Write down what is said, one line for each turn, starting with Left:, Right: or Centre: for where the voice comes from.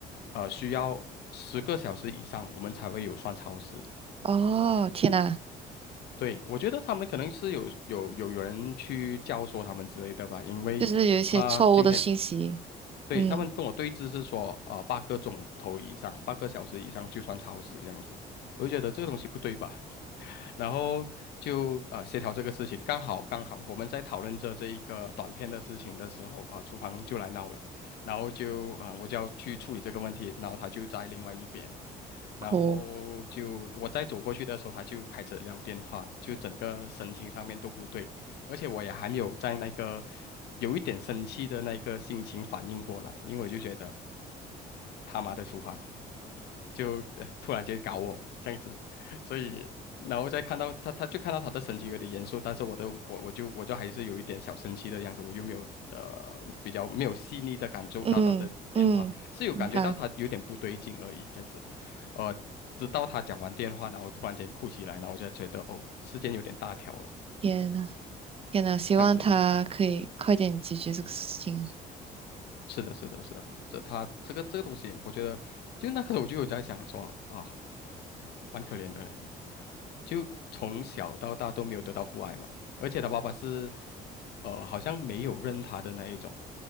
Left: 呃需要十个小时以上我们才会有算超时，
Right: 哦，天呐，
Left: 对，我觉得他们可能是有有有有人去教唆他们之类的吧，因为他今天
Right: 就是有一些错误的信息。
Left: 对他们跟我对峙是说，
Right: 嗯
Left: 啊、八个钟头以上，八个小时以上就算超时这样子，我就觉得这个东西不对吧，<laughs> 然后就呃协调这个事情，刚好刚好我们在讨论着这一个短片的事情的时候啊、厨房就来闹了，然后就啊、我就要去处理这个问题，然后他就在另外一边。
Right: 哭，
Left: 然后就我再走过去的时候，他就开始聊电话，就整个神情上面都不对，而且我也还没有在那个有一点生气的那个心情反应过来，因为我就觉得他妈的厨房就呃突然间搞我这样子，所以然后再看到他，他就看到他的神情有点严肃，但是我都我我就我就还是有一点小生气的样子，我又没有呃比较没有细腻的感受到他的变化，
Right: 嗯嗯，
Left: 是有感觉到他有点不对劲而已，
Right: 明白。
Left: 这样子。呃，直到他讲完电话，然后突然间哭起来，然后我就觉得哦，时间有点大条了，
Right: 天呐，天呐，希望他可以快点解决这个事情。
Left: 这样子。是的，是的，是的，这他这个这个东西，我觉得就那刻我就有在想说啊，蛮可怜的嘞，就从小到大都没有得到父爱嘛，而且他爸爸是呃好像没有认他的那一种，